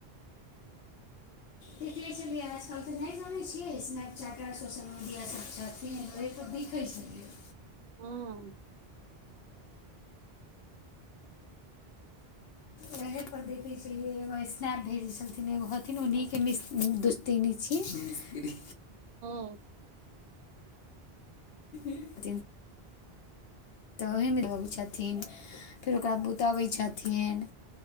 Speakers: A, on the right; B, on the left.
A: <inaudible>
B: देख लै आजकल तऽ नहि जानै छियै स्नैप चैट सोशल मीडिया सब छथिन वहां पर देखै छलियै
A: <inaudible>
B: वहे पर देखे छ एगो स्नैप भेजे छलन एगो हथिन उन्ही के मि ति नि छिय
A: <inaudible>
B: <inaudible> तऽ ओहमे <unintelligible> छथिन फेर ओकरा बुतबै छथिन